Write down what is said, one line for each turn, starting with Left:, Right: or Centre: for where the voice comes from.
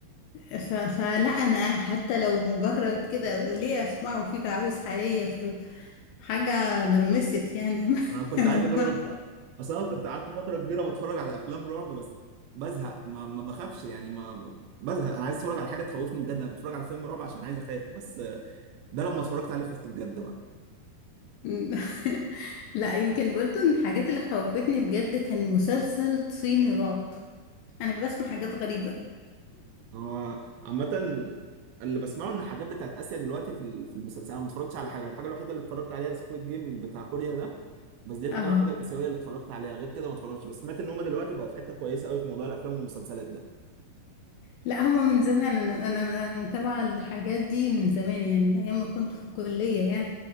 Left: ف... فلا انا حتى لو مجرد كده ليه اسمعه في تعاويذ حقيقية افرض حاجة لمست يعني
Right: انا
Left: <laughs>
Right: كنت
Left: انا
Right: عايز اجرب بقى اصل انا كنت قعدت فتره كبيره بتفرج على افلام رعب بس بزهق ما, ما بخافش يعني ما ما- بزهق انا عايز اتفرج على حاجه تخوفني بجد انا بتفرج على فيلم رعب عشان عايز اخاف بس ده لما اتفرجت عليه خفت بجد بقى
Left: مم. <laughs> لا يمكن برضو من الحاجات اللي خوفتني بجد كان مسلسل صيني رعب انا بسمع حاجات غريبة
Right: هو عامة اللي بسمعه ان حاجات بتاعت اسيا دلوقتي في ال- في المسلسل انا ما اتفرجتش على حاجه الحاجه الوحيده اللي اتفرجت عليها سكويد جيم بتاع كوريا ده بس دي الحاجه
Left: اه
Right: الوحيده الاسيويه اللي اتفرجت عليها غير كده ما اتفرجتش بس سمعت ان هم دلوقتي بقوا في حته كويسه قوي في موضوع الافلام والمسلسلات ده
Left: لا هما من زمان انا انا انا متابعة الحاجات دي من زمان يعني من ايام ما كنت في الكلية يعني